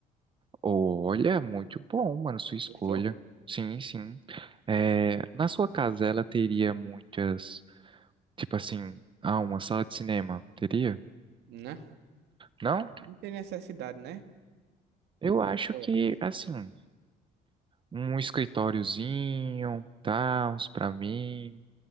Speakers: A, on the right; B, on the right.
A: olha, muito bom, mano, sua escolha.
B: Gostou?
A: Sim, sim. É, na sua casa ela teria muitas, tipo assim, ah, uma sala de cinema, teria?
B: Né?
A: Não?
B: Não tem necessidade, né?
A: Eu acho
B: Eu
A: que,
B: acho.
A: assim, um escritóriozinho, tal, pra mim,